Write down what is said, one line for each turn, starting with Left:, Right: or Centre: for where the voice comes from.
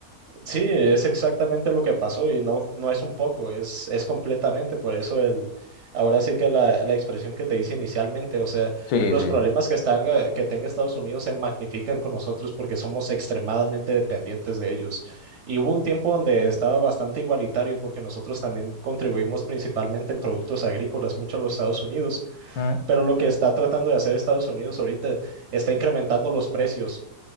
Right: Sí, es exactamente lo que pasó y no, no es un poco, es, es completamente. Por eso el, ahora sí que la, la expresión que te hice inicialmente, o sea,
Left: Sí,
Right: los
Left: sí.
Right: problemas que están, eh, que tenga Estados Unidos se magnifican con nosotros porque somos extremadamente dependientes de ellos. Y hubo un tiempo donde estaba bastante igualitario porque nosotros también contribuimos principalmente en productos agrícolas mucho a los Estados Unidos,
Left: Mm.
Right: pero lo que está tratando de hacer Estados Unidos ahorita está incrementando los precios